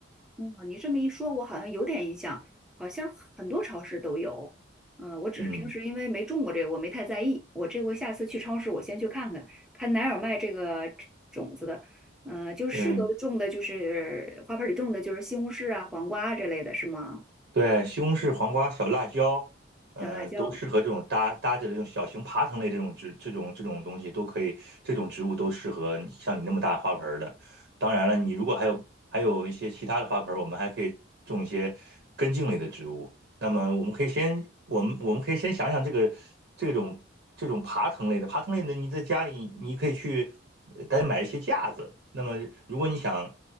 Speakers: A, in the centre; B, on the right (about 60°).
A: 哦，你这么一说，我好像有点印象，好像很多超市都有。嗯，我只是平时因为没种过这个，
B: 嗯
A: 我没太在意。我这回下次去超市，我先去看看，看哪有卖这个种子的。嗯、就是适合种的，
B: 嗯，
A: 就是花盆里种的，就是西红柿啊、黄瓜啊这类的，是吗？
B: 对，西红柿、黄瓜、小辣椒，呃，
A: 小辣椒，
B: 都适合这种搭搭着这种小型爬藤类这种植这种这种东西都可以，这种植物都适合你像你那么大花盆儿的。当然了，你如果还有还有一些其他的花盆儿，我们还可以种一些根茎类的植物。那么我们可以先我们我们可以先想想这个这种这种爬藤类的爬藤类的，你在家里你可以去呃大家买一些架子。那么如果你想